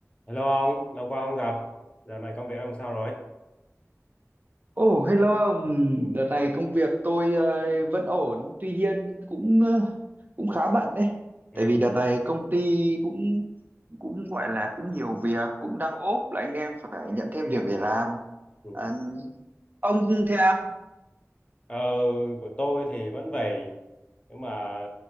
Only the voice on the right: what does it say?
Ồ, oh, hello ông. Đợt này công việc tôi ờ, vẫn ổn, tuy nhiên cũng ờ, cũng khá bận đấy.
Tại vì đợt này công ty cũng cũng gọi là cũng nhiều việc, cũng đang ốp là anh em phải nhận thêm việc để làm.
À, ông thế à?